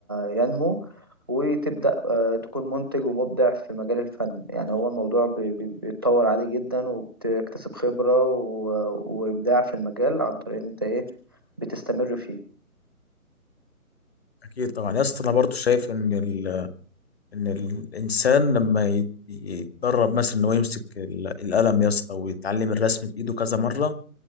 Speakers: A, on the right; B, on the left.
A: ينمو وتبدأ آه، تكون منتج ومبدع في مجال الفن يعني هو الموضوع بي- بي- بيتطور عادي جدا وبتكتسب خبرة و- وإبداع في المجال عن طريق إن أنت إيه بتستمر فيه
B: اكيد طبعا يا اسطى انا برضو شايف ان ال... ان الانسان لما يت- يتدرب مثلا ان هو يمسك ال- القلم يا اسطى ويتعلم الرسم بايده كذا مره